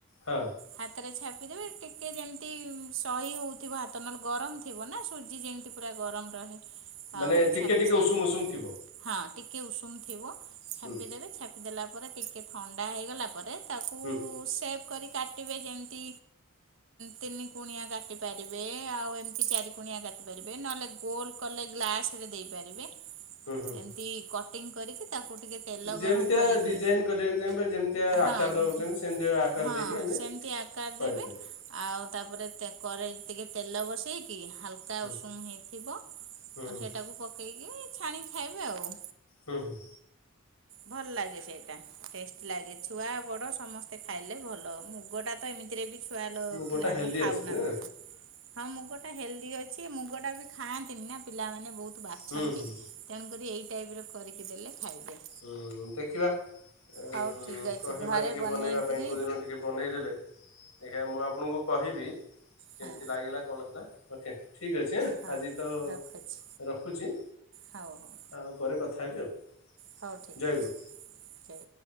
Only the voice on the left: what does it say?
ହଁ।
ମାନେ
ଟିକେ
ଟିକେ ଉଷୁମ ଉଷୁମ ଥିବ।
ହୁଁ
ହୁଁ
ହୁଁ ହୁଁ
ଯେମିତିଆ
ଡିଜାଇନ କରିବାକୁ ଚାହିଁ ବା ଯେମିତି ଆକାର
ଦଉଛନ୍ତି ସେମିତି ଆକାର
ଦେଇକି ଆମେ
କରିପାରିବା।
ହୁଁ
ହୁଁ ହୁଁ
ହୁଁ ହୁଁ।
ମୁଁ ଗୋଟା
ହେଲ୍ଦି
ଅଛି ନା।
ହୁଁ ହୁଁ
ଉଁ ଦେଖିବା ଉଁ
କହିବା
ଟିକେ
ବନେଇବା ପାଇଁ କଉ ଦିନ ଟିକେ ବନେଇଦେଲେ ଦେଖିବା ମୁଁ ଆପଣଙ୍କୁ କହିବି କେମିତି
ଲାଗିଲା କଣ ହେଲା। ଓକେ ଠିକ୍ ଅଛି ଆଁ
ଆଜି ତ
ରଖୁଛି।
ଆଉ ପରେ କଥା ହେବି ଆଉ।
ଜୟ
ଗୁରୁ।